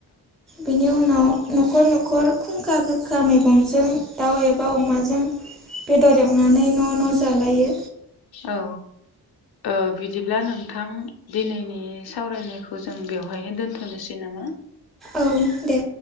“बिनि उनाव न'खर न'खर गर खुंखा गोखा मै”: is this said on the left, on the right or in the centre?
Centre